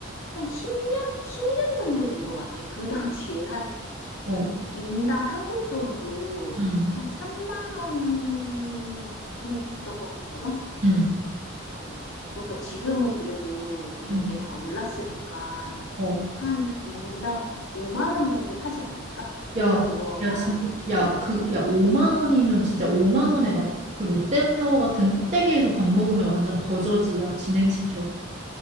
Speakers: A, on the left (about 70°); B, on the right (about 35°).
A: 한 10년? 10년 정도 된 것 같아. 그 <laughs> 당시에 한
B: 어.
A: 인당 한국 돈으로
B: 응,
A: 한 3만 원쯤 됐던 것 같거든?
B: 응,
A: 뭐, 그러니까 지금은 그래도 이런
B: 응.
A: 게 다 올랐으니까
B: 어.
A: 한 인당 5만 원 정도 하지 않을까? 내가
B: 야,
A: 그거
B: 야,
A: 알아볼게.
B: 진짜, 야, 그, 야, 5만 원이면 진짜 5만 원에 막 그 롯데타워 같은 꼭대기에서 밥 먹으면 완전 거저지, 야, 진행시켜.